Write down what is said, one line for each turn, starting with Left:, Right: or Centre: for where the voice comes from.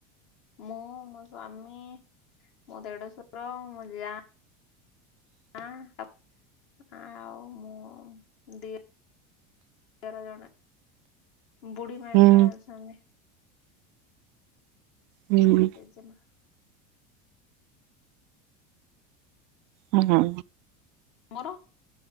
Left: ମୁଁ, ମୋ ସ୍ଵାମୀ, ମୋ ଦେଢ ସୁର, ମୋ ଯା, ଆଁ। ଆଉ ମୋ ଦି ଦିଅର ଜଣେ ବୁଢୀମା
Right: ହୁଁ
Left: ବି ଜଣେ ଅଛନ୍ତି।
Right: ହୁଁ।
Left: ଜେଜେମା।
Right: ହୁଁ ହୁଁ।
Left: ମୋର